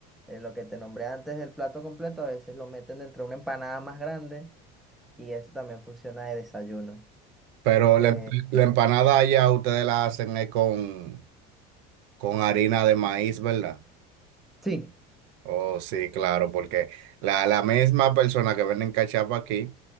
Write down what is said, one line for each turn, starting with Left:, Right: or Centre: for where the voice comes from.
Centre: eh, lo que te nombré antes del plato completo, a veces lo meten dentro de una empanada más grande y eso también funciona de desayuno.
Right: Pero
Centre: Eh,
Right: la, Claro. la empanada allá ustedes la hacen eh, con, con harina de maíz, ¿verdad?
Centre: sí,
Right: Oh, sí, claro, porque la, la misma persona que venden cachapa aquí,